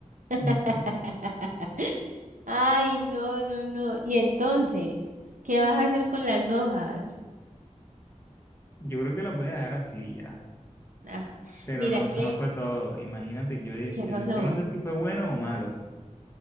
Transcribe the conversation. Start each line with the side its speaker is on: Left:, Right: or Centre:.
Right: <laughs>
Left: Mm.
Right: Ay, no, no, no. Y entonces, ¿qué vas a hacer con las hojas?
Left: Yo creo que la voy a dejar así ya.
Right: Ah,
Left: Pero
Right: mira,
Left: no, eso
Right: ¿qué,
Left: no fue todo. Imagínate, yo,
Right: qué
Left: yo,
Right: pasó?
Left: yo no sé si
Right: <laughs>
Left: fue bueno o malo.